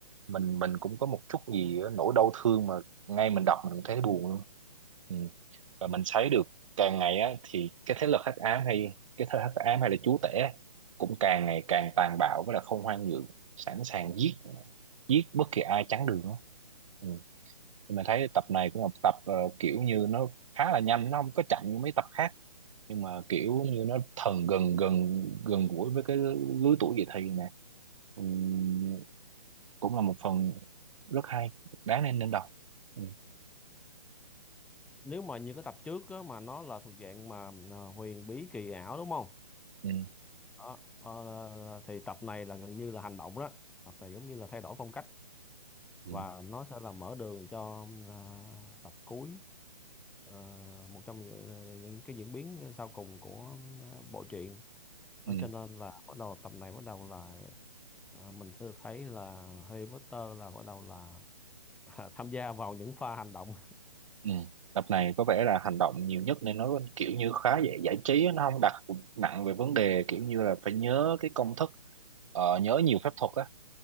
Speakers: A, on the right; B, in the centre.
A: mình mình cũng có một chút gì á, nỗi đau thương mà ngay mình đọc mình cũng thấy buồn luôn ừ. và mình thấy được càng ngày á thì cái thế lực hắc ám hay cái thế lực hắc ám hay là chúa tể á, cũng càng ngày càng tàn bạo với là không khoan nhượng sẵn sàng giết giết bất kỳ ai chắn đường á ừ nhưng mà thấy tập này cũng là một tập ờ, kiểu như nó khá là nhanh nó không có chậm như mấy tập khác nhưng mà kiểu như nó thần gần gần gần gũi với cái lứa tuổi dậy thì nè Ừm, cũng là một phần rất hay đáng nên nên đọc ừ,
B: <laughs> nếu mà như cái tập trước á, mà nó là thuộc dạng mà ờ, huyền bí kỳ ảo đúng không
A: ừ,
B: đó, ờ, thì tập này là gần như là hành động đó tập này giống như là thay đổi phong cách
A: ừ,
B: và nó sẽ là mở đường cho à, tập cuối ờ, một trong những ờ, những cái diễn biến sau cùng của ờ, bộ truyện nó
A: ừ,
B: cho nên là bắt đầu tập này bắt đầu là à, mình sẽ được thấy là Harry Potter là bắt đầu là <laughs> tham gia vào những pha hành động
A: ừ. tập này có vẻ là hành động nhiều nhất nên nó kiểu như khá dễ giải trí á, nó không đặt nặng về vấn đề kiểu như là phải nhớ cái công thức ờ, nhớ nhiều phép thuật á